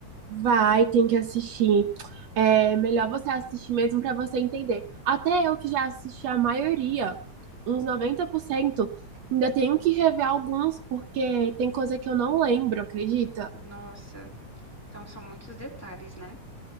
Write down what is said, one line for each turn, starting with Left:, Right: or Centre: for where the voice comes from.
Right: Vai, tem que assistir. É melhor você assistir mesmo para você entender. Até eu que já assisti a maioria, uns 90% ainda tenho que rever alguns porque tem coisa que eu não lembro, acredita?
Centre: Nossa. Então são muitos detalhes, né?